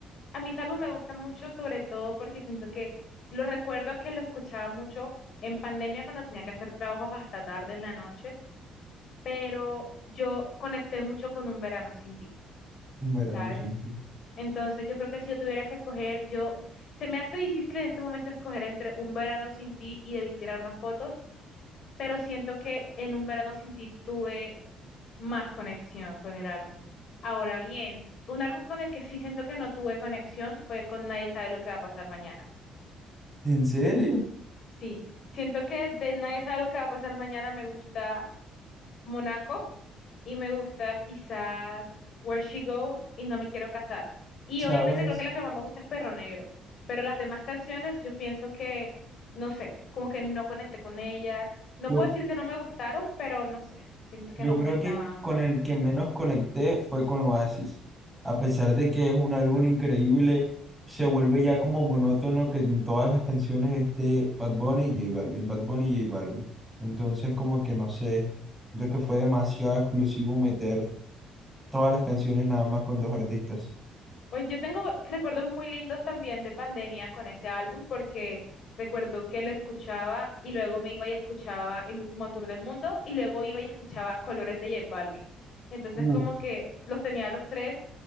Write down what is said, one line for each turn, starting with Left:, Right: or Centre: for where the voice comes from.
Left: a mis álbumes me gustan mucho, sobre todo porque siento que lo recuerdo que lo escuchaba mucho en pandemia cuando tenía que hacer trabajos hasta tarde en la noche, pero yo conecté mucho con Un Verano Sin Ti,
Centre: Un verano
Left: ¿sabes?
Centre: sin ti.
Left: Entonces yo creo que si yo tuviera que escoger, yo, se me hace difícil en este momento escoger entre Un Verano Sin Ti y Debí Tirar Más Fotos, pero siento que en Un Verano Sin Ti tuve más conexión con el álbum. Ahora bien, un álbum con el que sí siento que no tuve conexión fue con Nadie sabe lo que va a pasar mañana.
Centre: ¿En serio?
Left: Sí, siento que de Nadie sabe lo que va a pasar mañana me gusta Monaco y me gusta quizás Where She Goes y No me quiero casar. Y
Centre: ¿Sabes?
Left: obviamente creo que la que más me gusta es Perro Negro, pero las demás canciones yo pienso que, no sé, como que no conecté con ellas. No
Centre: Yo,
Left: puedo decir que no me gustaron, pero no sé, siento que
Centre: yo
Left: no
Centre: creo
Left: fue tan
Centre: que con
Left: bueno.
Centre: el que menos conecté fue con Oasis. A pesar de que es un álbum increíble, se vuelve ya como monótono que en todas las canciones esté Bad Bunny y J Balvin, Bad Bunny y J Balvin. Entonces como que no sé, yo que fue demasiado exclusivo meter todas las canciones nada más con dos artistas.
Left: Pues yo tengo recuerdos muy lindos también de pandemia con ese álbum porque recuerdo que lo escuchaba y luego me iba y escuchaba El Último Tour del Mundo y luego iba y escuchaba Colores de J Balvin. Entonces
Centre: Uh,
Left: como que los tenía los tres